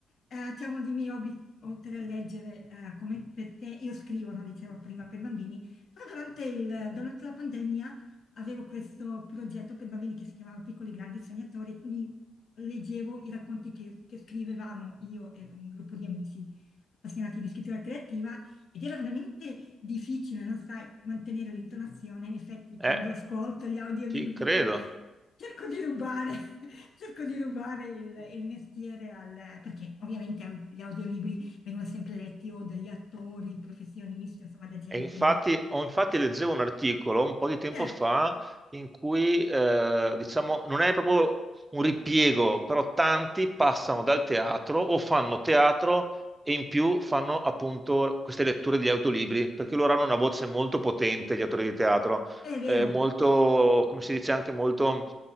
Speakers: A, on the left (about 60°); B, on the right (about 20°).
A: Eh, c'è uno dei miei hobby, oltre a leggere, eh, come per te, io scrivo, no, dicevo prima, per bambini, però durante, il- durante la pandemia avevo questo progetto per bambini che si chiamava Piccoli Grandi Sognatori, e quindi leggevo i racconti che, che scrivevamo io ed un gruppo di amici appassionati di scrittura creativa ed era veramente difficile, non sai, mantenere l'intonazione. In effetti,
B: Eh,
A: quando ascolto gli audiolibri
B: ci credo.
A: dico, cerco di rubare, <laughs> cerco di rubare il, il mestiere al... perché ovviamente au- gli audiolibri vengono sempre letti o dagli attori, professionisti, insomma, da gente...
B: E infatti, ho, infatti leggevo un articolo un po' di tempo
A: eh,
B: fa in cui, eh, diciamo, non è proprio un ripiego, però tanti passano dal teatro o fanno teatro e in più fanno appunto queste letture di autolibri, perché loro hanno una voce molto potente, gli attori di teatro,
A: è vero,
B: eh, molto, come si dice, anche molto